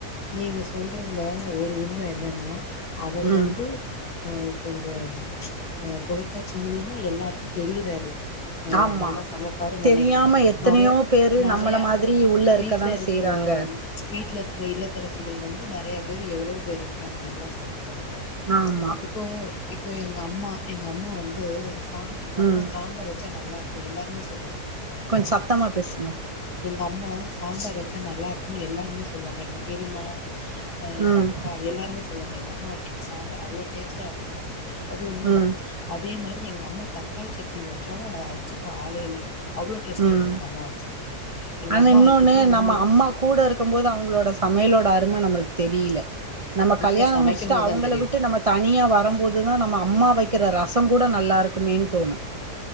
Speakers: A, on the left (about 75°); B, on the right (about 65°).
A: நீங்க சொல்றதுல ஒரு உண்ம என்னன்னா அவரு வந்து
B: ம்
A: ஆ இப்ப இந்த அ தொலைக்காட்சி மூலியமா எல்லாருக்கும் தெரிறாரு அ
B: ஆமா
A: நல்லா சமைப்பாரு நல்லதுனு
B: தெரியாம எத்தனையோ
A: நெறயா
B: பேரு
A: நெறையா
B: நம்மள மாதிரி உள்ள இருக்கதான
A: வீட்ல இருக்கற
B: செய்யறாங்க
A: வீட்ல இருக்கற இல்லத்தரசிகள் வந்து நெறைய பேரு எவ்ளோ பேர் இருக்குறாங்க நல்லா சமைக்குறவங்க
B: ஆமா
A: இப்போ இப்போ எங்க அம்மா எங்க அம்மா வந்து சா எங்க அம்மா
B: ம்
A: சாம்பார் வச்சா நல்லா இருக் கும் எல்லாருமே சொல்வாங்க
B: கொஞ் சத்தமாக பேசுங்க
A: எங்க அம்மா சாம்பார் வச்சா நல்லா இருக்கும்னு எல்லாருமே சொல்வாங்க எங்க பெரிம்மா அ எங்க
B: ம்
A: அக்கா எல்லாருமே சொல்வாங்க எங்க அம்மா வைக்கற சாம்பார் அவ்ளோ டேஸ்ட்டாக இருக்கும் அப்டி அது உண்மதான்
B: ம்
A: அதே மாரி எங்க அம்மா தக்காளி சட்னி வச்சாவும் அத அடிச்சுக்க ஆளே இல்ல அவ்ளோ டேஸ்ட்டா
B: ம்
A: இருக்கும் எங்க அம்மா வச்சா எங்க
B: ஆனா
A: அம்மா
B: இன்னொன்னு
A: வைக்கிறது
B: நம்ம
A: உண்மையில
B: அம்மா கூட இருக்கும் போது அவங்களோட சமையலோட அரும நம்மளுக்கு தெரியில நம்ம கல்யாணம்
A: இப்ப சமைக்கும்
B: முடிச்சுட்டா
A: போதுதா
B: அவுங்கள
A: தெரியுது
B: விட்டு நம்ம தனியா வரம் போது தா நம்ம அம்மா வைக்கற ரசம் கூட நல்லா இருக்குமேன்னு தோணும்